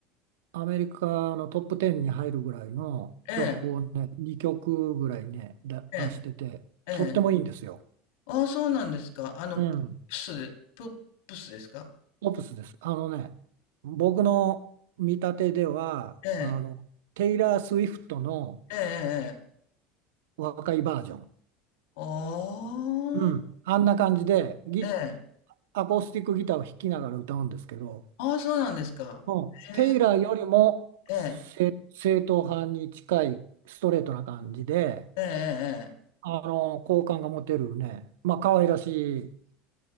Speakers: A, on the right; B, on the left.
A: アメリカのトップ10に入るぐらいの曲をね、
B: ええ、
A: 2曲ぐらいね、だ出してて、
B: ええ、ええ、
A: とってもいいんですよ。
B: ああ、そうなんですか。あの、
A: うん、
B: プスで、ププスですか
A: オプスです。あのね、僕の見立てでは、
B: ええ、
A: あの、テイラー・スウィフトの
B: ええ、ええ。
A: 若いバージョン。
B: ああ、
A: うん。あんな感じでギ、
B: ええ。
A: アコースティックギターを弾きながら歌うんですけど、
B: ああ、そうなんですか。
A: うん、
B: へえ、
A: テイラーよりも正、
B: ええ、
A: 正統派に近いストレートな感じで、
B: え
A: あの、好感が持てるね、まあ、可愛らしい、